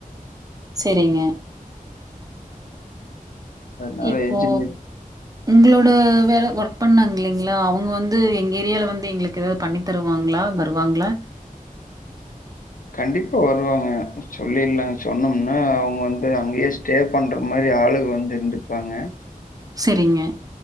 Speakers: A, on the right (about 25°); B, on the left (about 70°).
A: செரிங்க
B: அதனால
A: இப்போ
B: என்ஜினியர்
A: உங்ளோட வேல ஒர்க் பண்ணாங்க இல்லைங்ளா அவுங்க வந்து எங்க ஏரியால வந்து எங்ளுக் க்கு எதாவ்து பண்ணி தருவாங்ளா வருவாங்ளா
B: கண்டிப்பா வருவாங்க சொல்லிலா சொன்னம்னா அவுங்க வந்து அங்கேயே ஸ்டே பண்ற மாரி ஆளுக வந்து இருந்திருப்பாங்க
A: செரிங்க